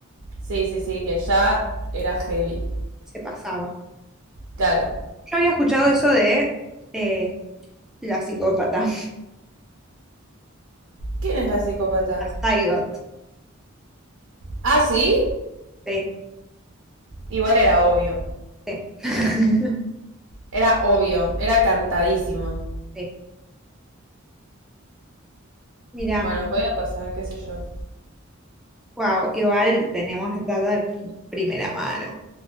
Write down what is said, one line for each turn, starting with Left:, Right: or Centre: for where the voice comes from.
Right: Sí, sí, sí, que ya era heavy.
Centre: se pasaba.
Right: Claro.
Centre: Yo había escuchado eso de eh, la psicópata.
Right: ¿Quién es la psicópata?
Centre: Got.
Right: Ah, sí.
Centre: Sí,
Right: Igual era obvio.
Centre: sí. <laughs>
Right: Era obvio, era cantadísimo.
Centre: Sí. Mira,
Right: Bueno, podía pasar, qué sé yo.
Centre: wow, igual tenemos data de pri- primera mano.